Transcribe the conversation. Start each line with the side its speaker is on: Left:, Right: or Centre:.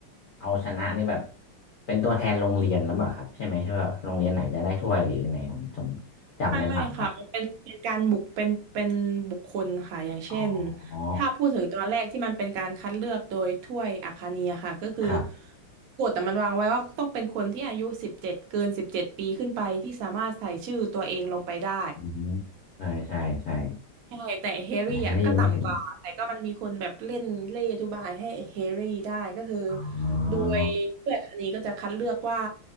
Left: เอาชนะนี่แบบเป็นตัวแทนโรงเรียนแล้วเปล่าครับใช่ไหมใช่แบบโรงเรียนไหนจะได้ถ้วยหรือยังไงผมผมจำไม่ได้ละ
Right: ไม่ไม่ค่ะมันเป็นเป็นการบุกเป็นเป็นบุคคลค่ะอย่างเช่น
Left: อ๋ออ๋อ
Right: ถ้าพูดถึงตอนแรกที่มันเป็นการคัดเลือกโดยถ้วยอัคนียค่ะก็คือ
Left: ครับ
Right: กฎแต่มันวางไว้ว่าต้องเป็นคนที่อายุสิบเจ็ดเกินสิบเจ็ดปีขึ้นไปที่สามารถใส่ชื่อตัวเองลงไปได้
Left: อืมใช่ใช่ใช่
Right: ใช่แต่แฮร์รี่อ่ะก็ต่ำกว่าแต่ก็มันมีคนแบบเล่นเล่หอธิบายให้แฮร์รี่ได้ก็คือ
Left: แต่แฮร์รี่ไม่ถึงอ๋อ
Right: โดยผู้ใหญ่งนีก็จะคัดเลือกว่า